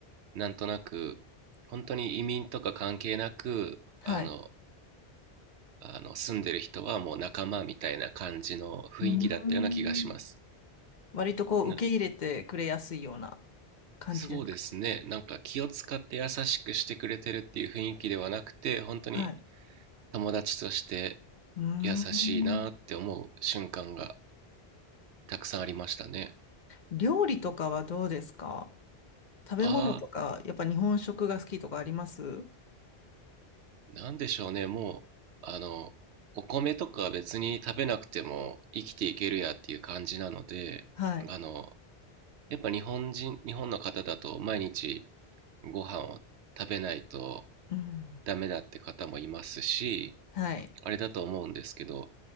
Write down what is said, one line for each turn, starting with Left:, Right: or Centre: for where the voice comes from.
Right: なんとなく、本当に移民とか関係なく、
Left: はい。
Right: あの、あの住んでる人はもう仲間みたいな感じの雰囲気だったような気がします。
Left: うーん。割とこう、
Right: な
Left: 受け入れてくれやすいような感じですか
Right: そうですね。なんか気を使って優しくしてくれてるっていう雰囲気ではなくて、本当に
Left: はい。
Right: 友達として
Left: うーん。
Right: 優しいなって思う瞬間がたくさんありましたね。
Left: 料理とかはどうですか食べ物とか、
Right: ああ、
Left: やっぱ日本食が好きとかあります
Right: なんでしょうね。もう、あの、お米とか別に食べなくても生きていけるやっていう感じなので、
Left: はい。
Right: あの、やっぱ日本人、日本の方だと毎日ご飯を食べないと
Left: うん。
Right: ダメだって方もいますし、
Left: はい。
Right: あれだと思うんですけど、